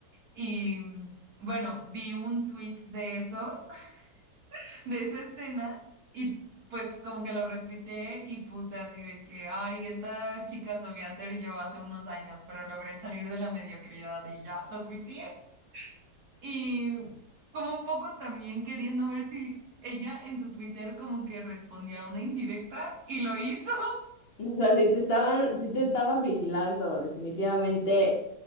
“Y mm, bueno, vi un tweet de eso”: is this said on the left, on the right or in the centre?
Right